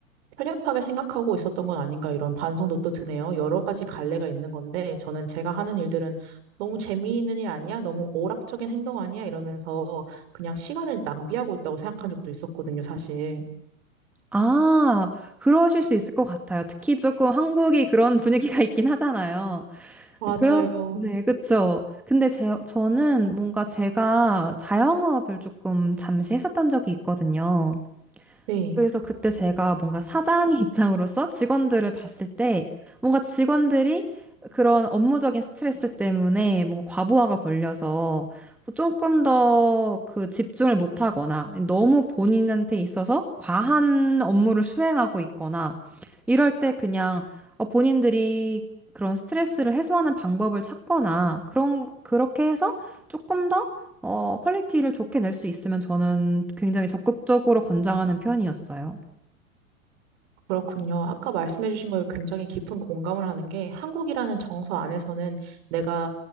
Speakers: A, on the right; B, in the centre.
A: 편협하게 생각하고 있었던 건 아닌가 이런 반성도 또 드네요. 여러 가지 갈래가 있는 건데 저는 제가 하는 일들은 너무 재미있는 일 아니야? 너무 오락적인 행동 아니야? 이러면서 그냥 시간을 낭비하고 있다고 생각한 적도 있었거든요, 사실.
B: 아, 그러실 수 있을 것 같아요. 특히 조금 한국이 그런 분위기가 <laughs> 있긴 하잖아요.
A: 맞아요.
B: 그런, 네, 그쵸. 근데 제, 저는 뭔가 제가 자영업을 조금 잠시 했었던 적이 있거든요.
A: 네.
B: 그래서 그때 제가 뭔가 사장의 <laughs> 입장으로서 직원들을 봤을 때 뭔가 직원들이 그런 업무적인 스트레스 때문에 뭔가 과부하가 걸려서 조금 더 그 집중을 못하거나 너무 본인한테 있어서 과한 업무를 수행하고 있거나 이럴 때 그냥 어, 본인들이 그런 스트레스를 해소하는 방법을 찾거나 그런 그렇게 해서 조금 더 어, 퀄리티를 좋게 낼 수 있으면 저는 굉장히 적극적으로 권장하는 편이었어요.
A: 그렇군요. 아까 말씀해주신 거에 굉장히 깊은 공감을 하는 게 한국이라는 정서 안에서는 내가